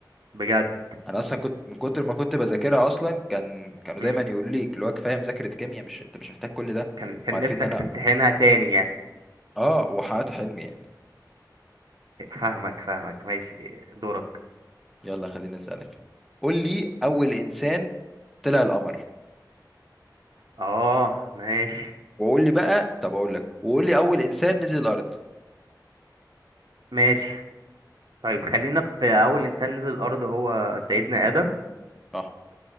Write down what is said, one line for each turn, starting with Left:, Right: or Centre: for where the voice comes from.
Right: بجد
Centre: انا اصلا كنت من كتر ما كنت بذاكرها اصلا كان كانوا
Right: مم.
Centre: دايما يقولوا لي اللي هو كفايه مذاكره كيمياء مش انت مش محتاج كل ده
Right: كان كان
Centre: ما عارفين
Right: نفسك
Centre: ان انا
Right: تمتحنها تاني يعني
Centre: اه وحققت حلمي يعني
Right: فاهمك فاهمك ماشي دورك
Centre: يلا خليني اسالك قول لي اول انسان طلع القمر
Right: اه ماشي
Centre: وقول لي بقى طب اقول لك وقول لي اول انسان نزل الارض
Right: ماشي طيب خلينا في اول انسان نزل الارض هو سيدنا ادم
Centre: صح